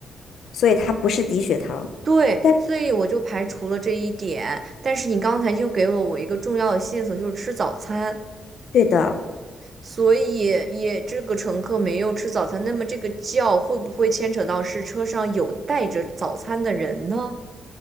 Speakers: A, on the left; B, on the right.
A: 所以他不是低血糖，
B: 对，
A: 但
B: 所以我就排除了这一点。但是你刚才又给了我一个重要的线索，就是吃早餐。
A: 对的。
B: 所以也这个乘客没有吃早餐，那么这个叫会不会牵扯到是车上有带着早餐的人呢？